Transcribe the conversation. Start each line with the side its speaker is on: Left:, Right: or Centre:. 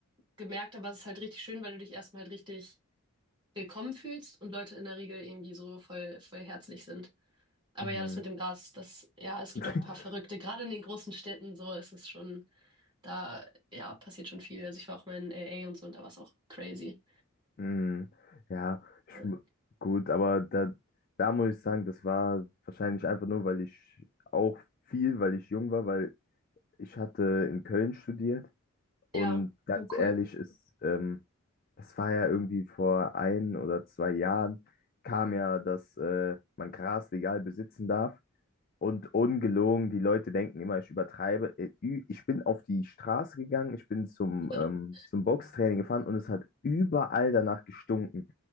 Right: gemerkt, aber es ist halt richtig schön, weil du dich erstmal halt richtig willkommen fühlst und Leute in der Regel irgendwie so voll, voll herzlich sind. Aber
Left: Mhm.
Right: ja, das mit dem Gras, das, ja, es gibt
Left: <laughs>
Right: auch ein paar Verrückte. Gerade in den großen Städten so ist es schon. Da, ja, passiert schon viel. Also ich war auch mal in AA und so und da war es auch crazy.
Left: Mhm. ja, ich,
Right: Ja,
Left: mu- gut, aber da, da muss ich sagen, das war wahrscheinlich einfach nur, weil ich auch viel, weil ich jung war, weil ich hatte in Köln studiert und
Right: ja,
Left: ganz
Right: oh, cool.
Left: ehrlich ist, ähm, das war ja irgendwie vor ein oder zwei Jahren, kam ja, dass äh, man Gras legal besitzen darf. Und ungelogen, die Leute denken immer, ich übertreibe. Äh, ü- Ich bin auf die Straße gegangen, ich bin zum,
Right: <laughs>
Left: ähm, zum Boxtraining gefahren und es hat überall danach gestunken.